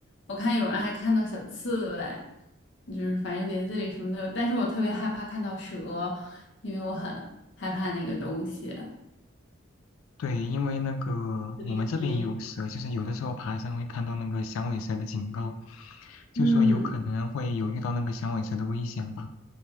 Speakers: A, on the left (about 60°); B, on the left (about 80°).
A: 我看有人还看到小刺猬，就是反正林子里什么的，但是我特别害怕看到蛇，因为我很害怕那个东西。
B: 对，因为那个
A: 这里什么也有，
B: 我们这边也有蛇，就是有的时候爬山会看到那个响尾蛇的警告，就说有可能会有遇到那个响尾蛇的危险吧。
A: 嗯